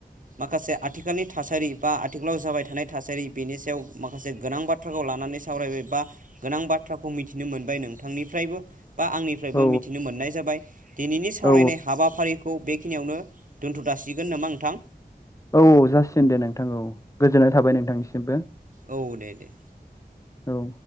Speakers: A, on the right; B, on the left.
A: माखासे आथिखालनि। थासारि बा आथिखालाव जाबाय थानाय थासारि बेनि सायाव माखासे गोनां बाथ्राखौ लानानै सावरायबाय बा। गोनां बाथ्राखौ मिथिनो मोनबाय नोंथांनिफ्रायबो। बा आंनिफ्रायबो
B: औ
A: मिथिनो मोननाय जाबाय दिनैनि सावरायनाय
B: औ
A: हाबाफारिख खौ बेखिनियावनो दोनथ' दासिगोन नामा नोंथां।
B: औ जासिगोन दे नोंथां औ। गोजोननाय थाबाय नोंथांनिसिमबो
A: औ दे दे
B: औ।